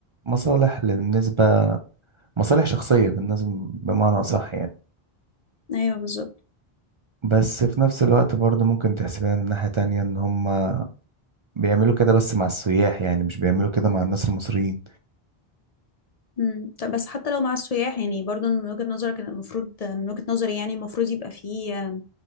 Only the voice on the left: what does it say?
ايوه بالظبط
امم طب بس حتى لو مع السياح يعني برضو من وجهة نظرك إن المفروض من وجهة نظري يعني المفروض يبقى فيه آه،